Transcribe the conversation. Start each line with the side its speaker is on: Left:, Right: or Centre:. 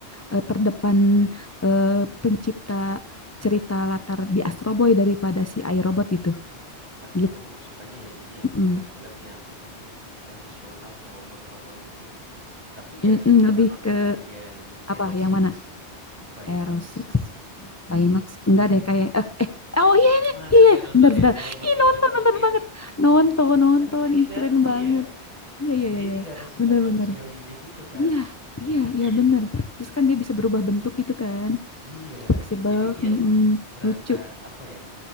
Left: eh, terdepan eh, pencipta cerita latar di Astro Boy daripada si iRobot gitu.
Right: berarti
Left: Gitu.
Right: kamu sukanya yang ini ya
Left: Mm-mm.
Right: film-film yang apa sih emosional ke robot-robot gitu tapi
Left: Mm-mm,
Right: yang ini
Left: lebih
Right: pernah nonton
Left: ke
Right: nggak yang Hero
Left: apa yang
Right: Six
Left: mana?
Right: by
Left: Hero
Right: Max
Left: Six, Baymax. Enggak deh kayak eh, eh Oh iya iya
Right: Masa
Left: iya
Right: nggak
Left: iya.
Right: nonton
Left: benar benar.
Right: yang robot
Left: Ih
Right: gendut
Left: nonton
Right: putih
Left: nonton
Right: itu?
Left: banget. Nonton nonton
Right: Kan itu juga
Left: ih keren
Right: anu
Left: banget.
Right: ya.
Left: Iya iya iya
Right: Dia
Left: iya.
Right: juga ada sifat
Left: bener-bener.
Right: manusiawinya gitu kan.
Left: Iya, iya,
Right: <clears throat>
Left: iya bener. Terus kan dia bisa berubah bentuk gitu kan.
Right: Iya,
Left: Fleksibel,
Right: jadi dia
Left: mm-mm,
Right: berasa
Left: lucu.
Right: apa ya?